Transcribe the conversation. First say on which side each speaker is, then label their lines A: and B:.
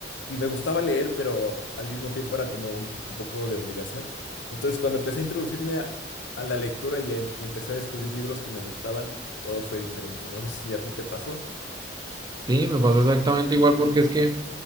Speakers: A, on the left; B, on the right.
A: y me gustaba leer, pero al mismo tiempo era como un, un poco de obligación. Entonces, cuando empecé a introducirme a, a la lectura y, em- y empecé a descubrir libros que me gustaban, todo fue diferente. No sé si a ti te pasó.
B: Sí, me pasa exactamente igual porque es que...